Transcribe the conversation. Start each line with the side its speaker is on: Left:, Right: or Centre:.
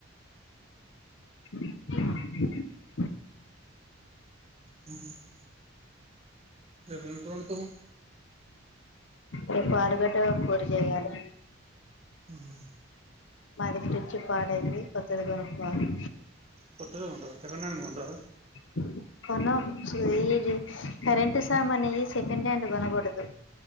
Left: <inaudible>
Right: ఆ <inaudible> రేపేం కూర వండుతావ్
Left: రేపు ఆలుగడ్డ కూర చేయాలి.
Right: ఊ <inaudible>
Left: మాది మిక్సీ పాడైంది కొత్తది కొనుక్కోవాలి.
Right: కొత్తది కొంటారా సెకండ్ హ్యాండ్ కొనరా?
Left: <inaudible> కోనం ఇది కరెంట్ సామాన్లు సెకండ్ హ్యాండ్ కొనకూడదు.